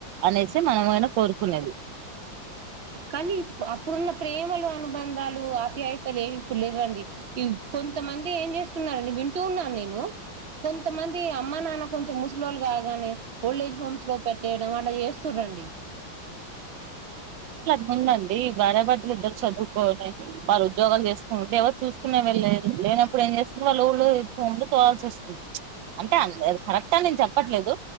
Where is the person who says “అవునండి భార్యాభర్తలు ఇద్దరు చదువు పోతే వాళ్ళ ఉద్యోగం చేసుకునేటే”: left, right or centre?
Right